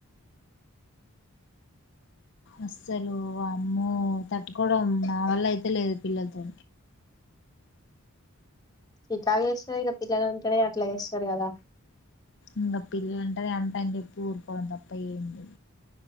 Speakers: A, on the left; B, on the left.
A: అస్సలు అమ్మ తట్టుకోవడం నా వల్ల అయితే లేదు పిల్లలతో
B: చికాగా చేస్తారు ఇక పిల్లలు ఉంటేనే అట్లా చేస్తారు కదా
A: ఇంకా పిల్లలుంటే ఎంత అని చెప్పి ఊరుకోవడం తప్ప ఏంటి